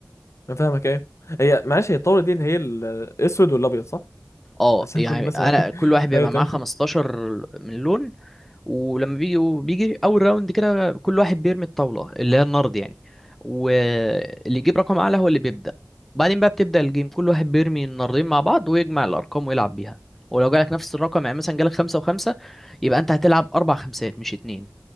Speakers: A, on the left; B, in the centre.
A: انا فاهمك ايوه هي معلش هي الطاوله دي اللي هي ال- الاسود والابيض صح
B: اه
A: عشان
B: يعني
A: اكون بس
B: انا
A: معاك
B: كل
A: <laughs>
B: واحد بيبقى
A: ايوه تمام
B: معاه 15 من لون ولما بيجي بيجي اول راوند كده كل واحد بيرمي الطاوله اللي هي النرد يعني واللي يجيب رقم اعلى هو اللي بيبدا بعدين بقى بتبدا الجيم كل واحد بيرمي النردين مع بعض ويجمع الارقام ويلعب بيها ولو جالك نفس الرقم يعني مثلا جالك خمسة وخمسة يبقى انت هتلعب اربع خمسات مش اتنين